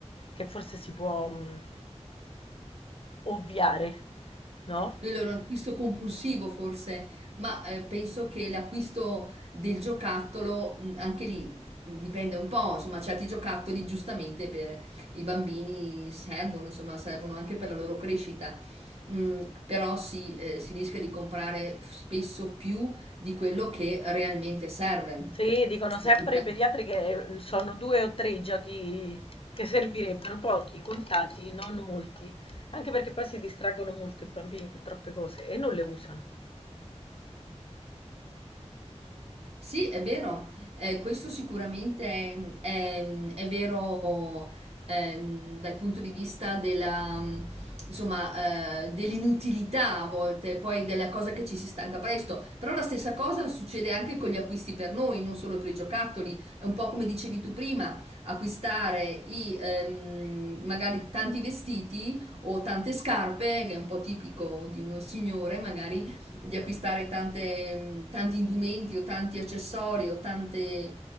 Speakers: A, on the left (about 50°); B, on the right (about 60°).
A: che forse si può mh, ovviare, no?
B: Quello è un acquisto compulsivo forse, ma eh, penso che l'acquisto del giocattolo, mh, anche lì mh, dipende un po', insomma, certi giocattoli giustamente per i bambini servono, insomma, servono anche per la loro crescita. Mm, però si, eh, si rischia di comprare spesso più di quello che realmente serve.
A: Sì, dicono sempre
B: Beh, in ca-
A: i pediatri che mm, sono due o tre i giochi che servirebbero, pochi, contati, non molti, anche perché poi si distraggono molto i bambini con troppe cose e non le usano.
B: Sì, è vero, eh, questo sicuramente è, è- mm, è vero ehm, dal punto di vista della, mm, insomma, eh, dell'inutilità a volte, poi della cosa che ci si stanca presto, però la stessa cosa succede anche con gli acquisti per noi, non solo per i giocattoli, è un po' come dicevi tu prima, acquistare i, ehm, magari tanti vestiti o tante scarpe, che è un po' tipico di noi signore, magari di acquistare tante, tanti indumenti o tanti accessori o tante